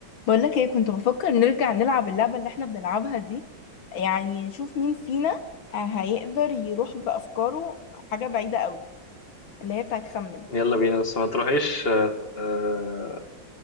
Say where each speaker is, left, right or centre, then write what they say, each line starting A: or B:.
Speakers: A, on the left (about 75°); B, on the left (about 30°).
A: بقولك ايه كنت بفكر نرجع نلعب اللعبة اللي احنا بنلعبها دي يعني نشوف مين فينا آه، هيقدر يروح بأفكاره حاجة بعيدة قوي اللي هي بتاعت خمن
B: يلا بينا بس ما تروحيش آه، آه،